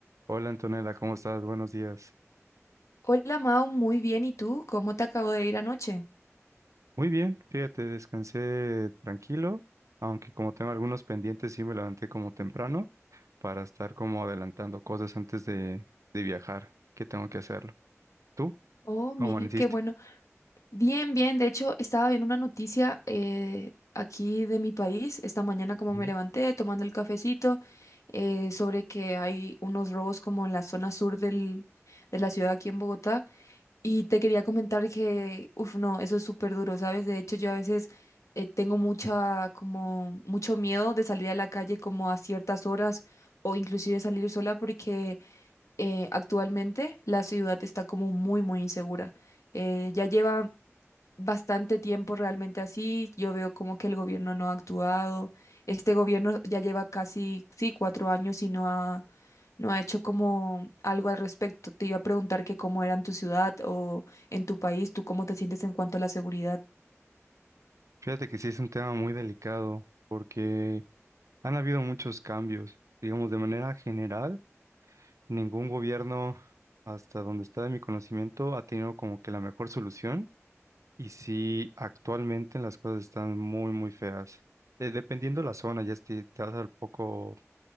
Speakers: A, on the right; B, on the left.
A: Hola Antonella, ¿cómo estás? Buenos días.
B: Hola Mao, muy bien. ¿Y tú? ¿Cómo te acabo de ir anoche?
A: Muy bien, fíjate, descansé tranquilo, aunque como tengo algunos pendientes, sí me levanté como temprano para estar como adelantando cosas antes de, de viajar, que tengo que hacerlo. ¿Tú?
B: Oh,
A: ¿Cómo
B: mira,
A: amaneciste?
B: qué bueno. Bien, bien. De hecho, estaba viendo una noticia eh, aquí de mi país, esta mañana como
A: Ujú.
B: me levanté tomando el cafecito, eh, sobre que hay unos robos como en la zona sur del, de la ciudad aquí en Bogotá. Y te quería comentar que, uff, no, eso es súper duro, ¿sabes? De hecho, yo a veces eh, tengo mucha, como, mucho miedo de salir a la calle como a ciertas horas o inclusive salir sola porque eh, actualmente la ciudad está como muy, muy insegura. Eh, ya lleva bastante tiempo realmente así. Yo veo como que el gobierno no ha actuado. Este gobierno ya lleva casi, sí, cuatro años y no ha, no ha hecho como algo al respecto. Te iba a preguntar que cómo era en tu ciudad o en tu país, tú cómo te sientes en cuanto a la seguridad.
A: Fíjate que sí es un tema muy delicado porque han habido muchos cambios, digamos, de manera general, ningún gobierno, hasta donde está de mi conocimiento, ha tenido como que la mejor solución Y sí, actualmente las cosas están muy, muy feas. Eh, dependiendo de la zona, ya si te vas al poco,